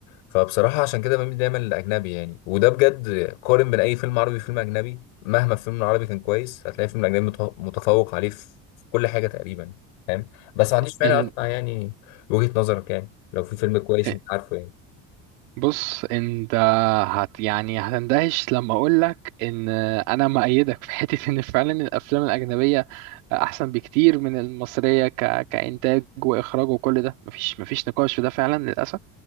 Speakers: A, on the left; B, on the right.
A: فبصراحة عشان كده بميل دايما للأجنبي يعني وده بجد قارن بين أي فيلم عربي وفيلم أجنبي مهما الفيلم العربي كان كويس هتلاقي الفيلم الأجنبي متف- متفوق عليه في في كل حاجة تقريبا فاهم بس ما عنديش مانع
B: ان
A: أسمع يعني وجهة نظرك يعني لو في فيلم كويس
B: إن-
A: أنت عارفه يعني
B: بص انت هت يعني هتندهش لما اقول لك ان انا مؤيدك في حته ان فعلا الافلام الاجنبيه احسن بكتير من المصريه ك... كانتاج واخراج وكل ده مفيش مفيش نقاش في ده فعلا للاسف